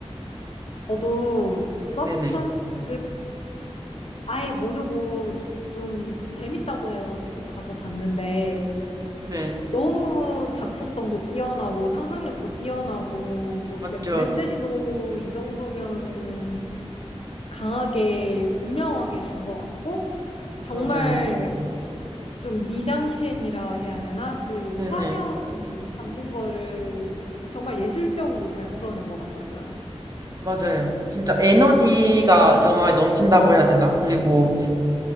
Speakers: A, on the left (about 60°); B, on the right (about 35°).
A: 저도 서브스턴스
B: 네네.
A: 아예 모르고 좀 재밌다고 해가지고 가서 봤는데
B: 네.
A: 너무 작품성도 뛰어나고 상상력도 뛰어나고 뭐 메,
B: 맞죠.
A: 메시지도 이 정도면은 강하게 분명하게 준 것 같고 정말
B: 맞아요.
A: 좀 미장센이라 해야 되나? 그
B: 네네.
A: 화면 잡는 거를 정말 예술적으로 잘 풀어낸 것 같았어요.
B: 맞아요. 진짜 에너지가 영화에 넘친다고 해야 되나? 그리고